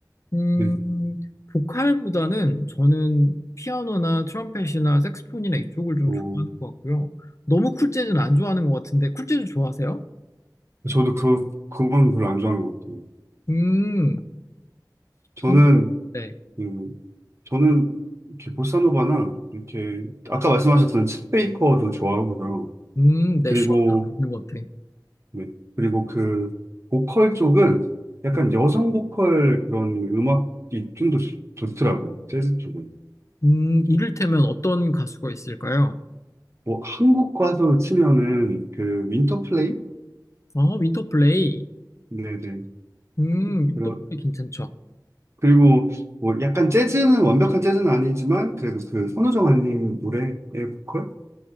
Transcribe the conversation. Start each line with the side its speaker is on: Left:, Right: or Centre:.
Left: 음,
Right: 네네.
Left: 보컬보다는 저는 피아노나 트럼펫이나 색스폰이나 이쪽을 좀
Right: 어,
Left: 좋아하는 것 같고요. 너무 쿨 재즈는 안 좋아하는 것 같은데, 쿨 재즈 좋아하세요?
Right: 저도 그, 그건 별로 안 좋아하는 것 같아요.
Left: 음,
Right: 저는,
Left: 전- 네.
Right: 음, 저는 이렇게 보사노바나 이렇게, 아까 말씀하셨던 챗 베이커도 좋아하고요.
Left: 음, 네,
Right: 그리고,
Left: 시원한 는것 같아.
Right: 네. 그리고 그, 보컬 쪽은 약간
Left: 네,
Right: 여성 보컬 그런 음악이 좀 더 좋더라고요. 재즈 쪽은.
Left: 음, 이를테면 어떤 가수가 있을까요?
Right: 뭐, 한국 가수 치면은 그, 윈터플레이?
Left: 아, 윈터플레이.
Right: 네네.
Left: 음, 윈터플레이
Right: 그러-
Left: 괜찮죠.
Right: 그리고 뭐 약간 재즈는 완벽한 재즈는 아니지만 그래도 그 선우정 아님 노래의 보컬